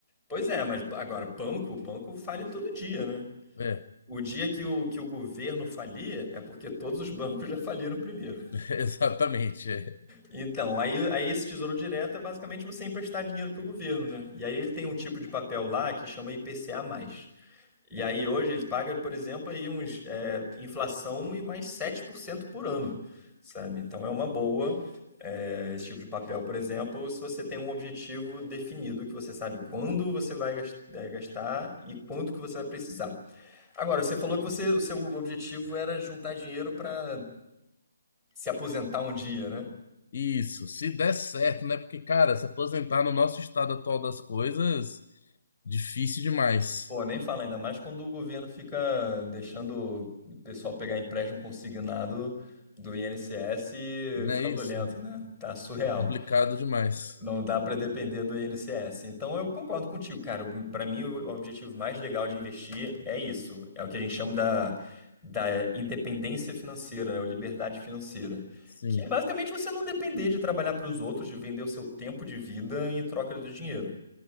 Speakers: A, in the centre; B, on the left (about 45°).
A: Pois é, mas agora, banco, banco fale todo dia, né?
B: É,
A: O dia que o, que o governo falir é porque todos os bancos já faliram primeiro.
B: <laughs> exatamente. é.
A: Então, aí, aí esse tesouro direto é basicamente você emprestar dinheiro pro governo, né? E aí ele tem um tipo de papel lá que chama IPCA+. E aí hoje ele paga, por exemplo, aí uns é, inflação e mais 7% por cento por ano, sabe? Então é uma boa é, esse tipo de papel, por exemplo, se você tem um objetivo definido, que você sabe quando você vai gas- é, gastar e quanto que você vai precisar. Agora, você falou que você, o seu objetivo era juntar dinheiro para se aposentar um dia, né?
B: Isso, se der certo, né? Porque, cara, se aposentar no nosso estado atual das coisas, difícil demais.
A: Pô, nem fala, ainda mais quando o governo fica deixando o pessoal pegar empréstimo consignado do INSS
B: Não
A: fraudulento,
B: é isso?
A: né? Tá surreal.
B: De complicado demais.
A: Não dá pra depender do INSS. Então eu concordo contigo, cara. Pra mim, o objetivo mais legal de investir é isso. É o que a gente chama da, da independência financeira, né? Ou liberdade financeira.
B: Sim,
A: Que é basicamente você não depender de trabalhar pros outros, de vender o seu tempo de vida em troca do dinheiro.